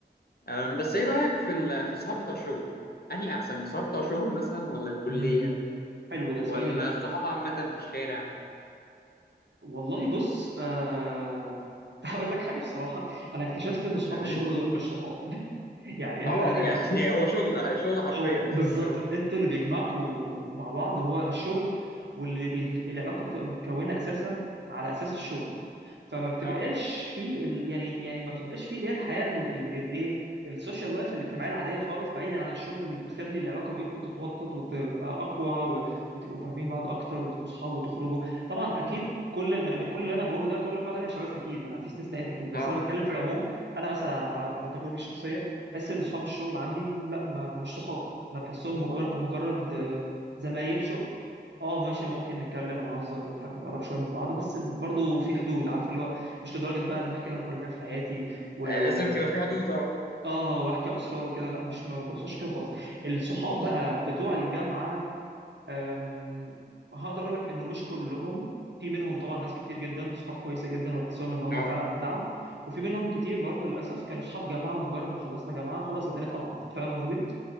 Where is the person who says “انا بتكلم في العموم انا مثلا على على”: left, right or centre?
Right